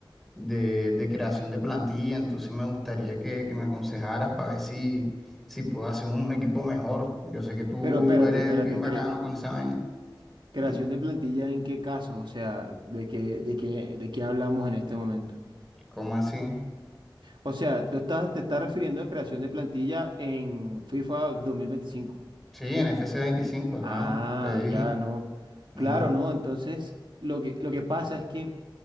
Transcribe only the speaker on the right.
Pero espérate,
espérate,
cre-
creación
de plantilla ¿en qué caso? O sea, ¿de qué, de qué, de qué hablamos en este momento?
O sea, tú estás, te estás refiriendo a creación de plantilla en FIFA 2025?
Ah,
ya, no. Claro,
no. Entonces, lo que, lo que pasa es que,